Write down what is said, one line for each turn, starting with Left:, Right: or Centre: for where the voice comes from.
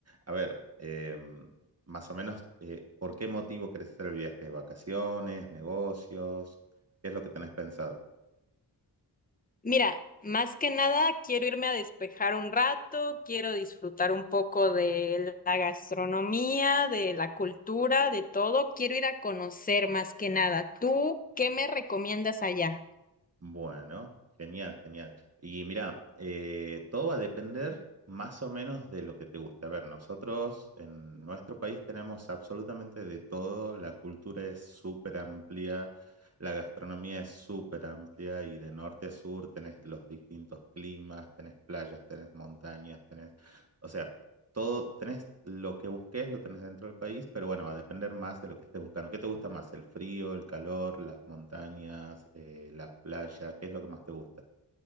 Right: A ver, em, más o menos, eh, ¿por qué motivo querés hacer el viaje? ¿Vacaciones? ¿Negocios? ¿Qué es lo que tenés pensado?
Left: Mira, más que nada quiero irme a despejar un rato, quiero disfrutar un poco de la gastronomía, de la cultura, de todo. Quiero ir a conocer más que nada. ¿Tú qué me recomiendas allá?
Right: Bueno, genial, genial. Y mira, eh, todo va a depender más o menos de lo que te guste. A ver, nosotros en nuestro país tenemos absolutamente de todo, la cultura es súper amplia, la gastronomía es súper amplia y de norte a sur tenés los distintos climas, tenés playas, tenés montañas, tenés... O sea, todo, tenés lo que busques, lo tenés dentro del país, pero bueno, va a depender más de lo que estés buscando. ¿Qué te gusta más? ¿El frío, el calor, las montañas, eh, la playa? ¿Qué es lo que más te gusta?